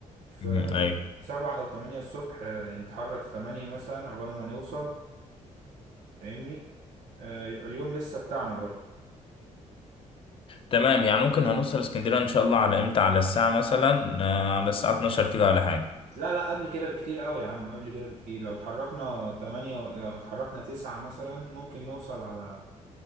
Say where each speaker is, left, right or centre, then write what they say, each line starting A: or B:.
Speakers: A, on the right (about 85°); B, on the left (about 45°).
A: فسبعة
B: مم، ايوه
A: او تمانية الصبح آه، نتحرك تمانية مثلا عقبال ما نوصل فاهمني آه، يبقى اليوم لسه بتاعنا برضو
B: تمام يعني ممكن هنوصل اسكندرية ان شاء الله على امتى على الساعة مثلا آه، على الساعة 12 كده ولا حاجة
A: لا لا قبل كده بكتير قوي يا عم قبل كده بكتير لو اتحركنا تمانية و- لو اتحركنا تسعة مثلا ممكن نوصل على